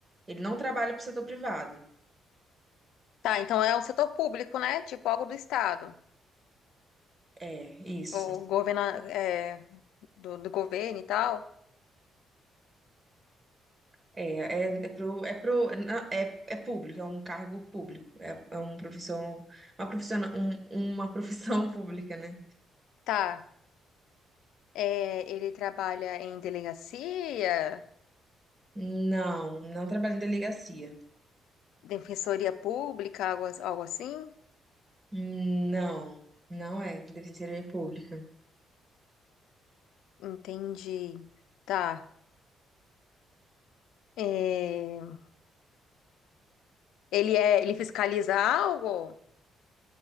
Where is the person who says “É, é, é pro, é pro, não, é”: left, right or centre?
Right